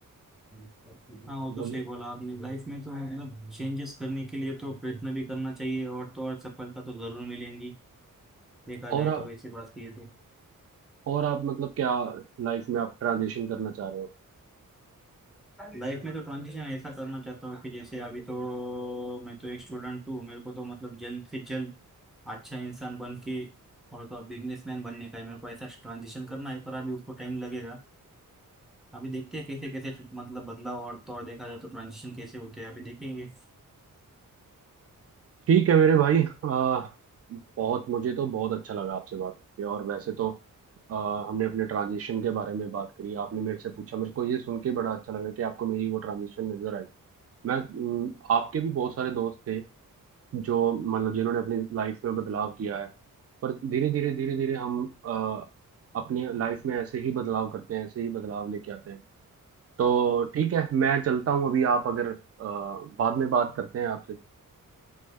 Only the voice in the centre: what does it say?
वो
तो सही बोला आपने लाइफ में तो मतलब चेंजेस करने के लिए तो प्रयत्न भी करना चाहिए और तो और सफलता तो जरूर मिलेंगी देखा
जाए
तो वैसी बात की है तो
लाइफ में तो ट्रांजिशन ऐसा करना चाहता हूँ कि जैसे अभी तो मैं तो एक स्टूडेंट हूँ मेरे को तो मतलब जल्द से जल्द अच्छा इंसान बन के और तो बिजनेसमैन बनने का है मेरे को ऐसा ट्रांजिशन करना है पर अभी उसको टाइम लगेगा अभी देखते हैं कैसे कैसे मतलब बदलाव और तो और देखा जाए तो ट्रांजिशन कैसे होते हैं अभी देखेंगे